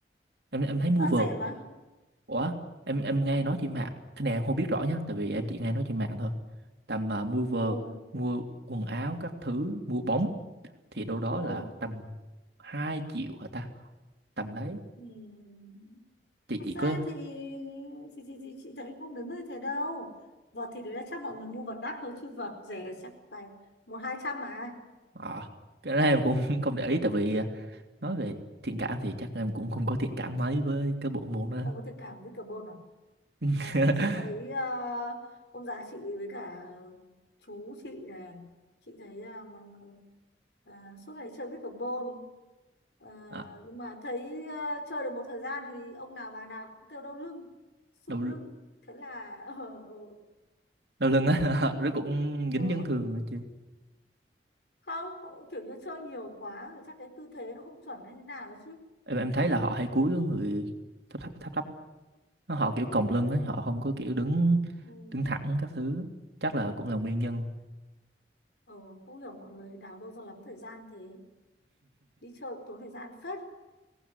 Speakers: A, on the right (about 70°); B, on the left (about 75°).
A: em em thấy mua
B: Vặt
A: vợt
B: rẻ mà.
A: ủa em em nghe nói trên mạng cái này em không biết rõ nhá tại vì em chỉ nghe nói trên mạng thôi tầm à, mua vợt
B: Ồ,
A: mua quần áo các thứ mua bóng thì đâu đó
B: ồ.
A: là tầm 2 triệu hả ta tầm đấy
B: ừm.
A: chị
B: Thật
A: chị
B: ra
A: có
B: thì chị, chị, chị, chị thấy không đến nơi thế đâu. vật thì đấy là chắc mọi người mua vật đắt thôi chứ vật rẻ chắc phải một hai trăm mà.
A: ờ, cái đó em cũng <laughs> không để ý tại vì à, nói về thiện cảm thì chắc em cũng không có thiện cảm mấy với cái bộ môn đó
B: Không có thiện cảm với carbon à.
A: <laughs>
B: À, chị thấy ờ, ông già chị với cả chú chị này chị thấy ờ, mà, mà, à, suốt ngày chơi với carbon Ờ,
A: à,
B: nhưng mà thấy ờ, chơi được một thời gian thì ông nào bà nào cũng kêu đau lưng sụn
A: đau, l-
B: lưng thế là ờ ờ
A: đau lưng á <laughs> nó cũng dính
B: ờ
A: chấn thương nữa chứ
B: không, không kiểu như chơi nhiều quá rồi chắc cái tư thế nó không chuẩn hay thế nào chứ
A: em em thấy là họ hay cúi người thấp thấp thấp thấp Nó họ kiểu còng lưng
B: ừ,
A: ấy họ không có kiểu đứng
B: ừ,
A: đứng thẳng các thứ chắc là cũng là nguyên nhân
B: ờ, không hiểu mọi người đào đâu ra lắm thời gian thế đi chơi cũng tốn thời gian phết